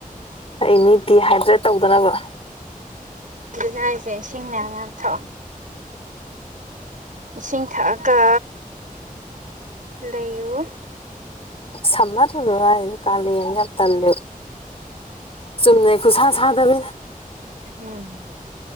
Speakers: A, on the left; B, on the right.
A: ꯑꯩꯅꯤ ꯗꯤꯍꯥꯏꯗ꯭ꯔꯦꯠ ꯇꯧꯗꯅꯕ
B: ꯖ ꯍꯥꯏꯁꯦ ꯏꯁꯤꯡ ꯃꯌꯥꯝ ꯌꯥꯝ ꯊꯛꯑꯣ ꯏꯁꯤꯡ ꯊꯛꯑꯒ ꯂꯩꯌꯨ
A: ꯁꯝꯃꯗꯅ ꯍꯥꯏꯗꯤ ꯀꯥꯂꯅ ꯆ ꯇꯜꯂꯦ ꯆꯨꯝꯅ ꯈꯨ ꯁꯥ ꯊꯥꯗꯕꯤ
B: ꯎꯝ